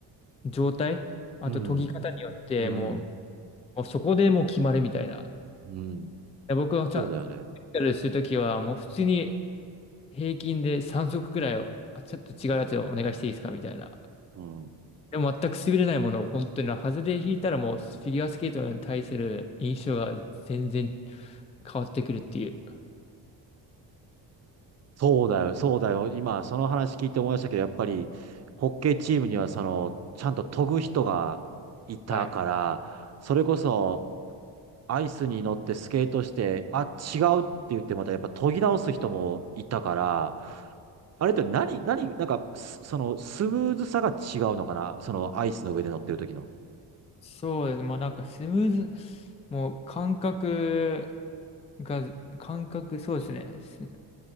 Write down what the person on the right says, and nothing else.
うん、うん、
うん。
そうだよね。
うん。
そうだよ、そうだよ。今、その話聞いて思いましたけど、やっぱり、ホッケーチームには、その、ちゃんと研ぐ人がいたから、
それこそ、アイスに乗ってスケートして、あ、違うって言って、またやっぱ研ぎ直す人もいたから、あれって何、何、なんか、すその、スムーズさが違うのかなその、アイスの上で乗ってる時の。